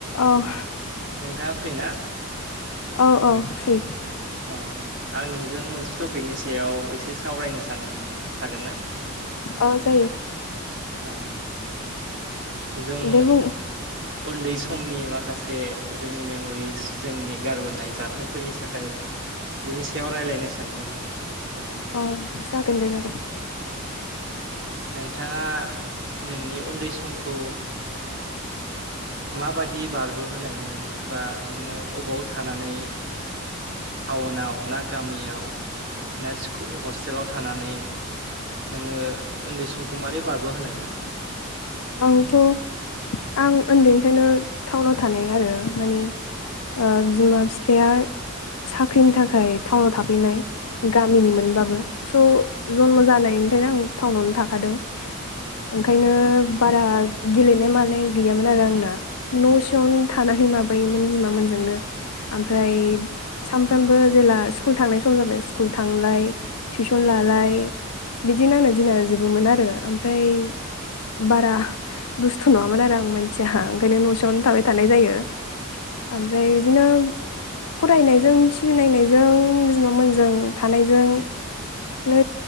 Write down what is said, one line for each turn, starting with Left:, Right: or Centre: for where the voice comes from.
Left: ओह
Right: नोंथांआ फ्रि ना
Left: औ औ फ्रि
Right: ओ आं नोंजों मोनसे टपिकनि सायाव एसे सावरायनो सानदोंमोन हागोन ना?
Left: ओह जायो
Right: आह जों
Left: दे बुं
Right: उन्दै समनि माखासे जोंनि मेम'रिस जोंनि गारबोनाय जाथायफोरनि साखाय बिनि सायाव रायज्लायनो सानदोंमोन माने
Left: ओ जागोन दे जागोन
Right: नोंथांआ नोंनि उन्दै समखौ माबायदि बारबो'होनायमोन बा नोङो अबाव थानानै टाउनाव ना गामियाव ना स्कु हस्टेलाव थानानै नोङो उन्दै समखौ मारै बारबो होनायमोन
Left: आंथ' आं ओन्दैनिफ्रायनो टाउनाव थानाय आरो मानि ओ बिमा बिफाआ साख्रिनि थाखाय टाउनाव थाफैनाय गामिनिमोनबाबो स' जनम जानायनिफ्रायनो आं टाउनावनो थाखादों हो ओंखायनो बारा गेलेनाय मानाय गैयामोन आरो आंना न'सिंआवनो थानानै माबायोमोन बिमामोनजोंनो ओमफ्राय सानफ्रामबो जेला स्कुल थांनाय सम जाबाय स्कुल थांलाय टिसन लालाय बिदिनो आंना दिना जोबोमोन आरो ओमफ्राय बारा दुस्थ' नङामोन आरो आं मानसिआ ओंखायनो न'सिंआवनो थाबाय थानाय जायो ओमफ्राय बिदिनो फरायनायजों टिभि नायनायजों बिमामोनजों थानायजों नो